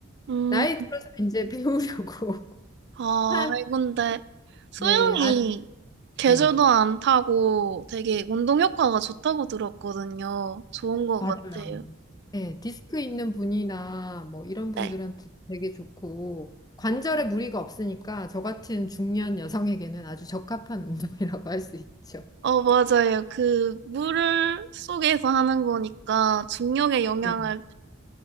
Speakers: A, on the right; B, on the left.
A: 음,
B: 나이 들어서 이제 배우려고 <laughs>
A: 아,
B: 한,
A: 근데 수영이
B: 네, 아,
A: 계절도
B: 네,
A: 안 타고 되게 운동 효과가 좋다고 들었거든요. 좋은 것
B: 맞아요.
A: 같아요.
B: 네, 디스크 있는 분이나 뭐 이런 분들한테
A: 네.
B: 되게 좋고, 관절에 무리가 없으니까 저 같은 중년 여성에게는 아주 적합한 운동이라고 할 수 있죠.
A: 어, 맞아요. 그 물을 속에서 하는 거니까 중력의 영향을
B: 네,